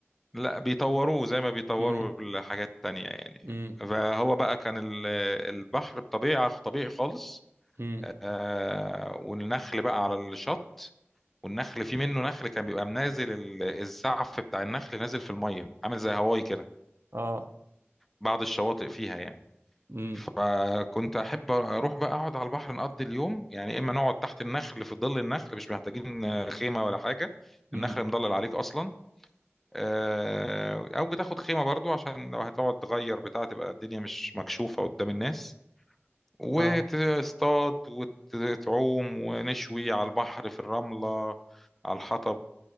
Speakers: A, in the centre; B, on the right.
A: لا بيطوروه زي ما
B: <laughs>
A: بيطوروا
B: امم
A: الحاجات التانية يعني
B: امم
A: فهو بقى كان ال- البحر بطبيعة طبيعي خالص
B: امم
A: آه، والنخل بقى على الشط والنخل في منه نخل كان بيبقى منازل ال- الزعف بتاع النخل نازل في الميه عامل زي هواي كده
B: اه
A: بعض الشواطئ فيها يعني
B: امم
A: فكنت احب اروح بقى اقعد على البحر نقضي اليوم يعني اما نقعد تحت النخل في ظل النخل مش محتاجين خيمه ولا حاجه
B: امم
A: النخل مضلل عليك اصلا آه، او بتاخد خيمه برضو عشان لو هتقعد تغير بتاع تبقى الدنيا مش مكشوفه قدام الناس وتصطاد
B: اه
A: وتعوم ونشوي على البحر في الرمله على الحطب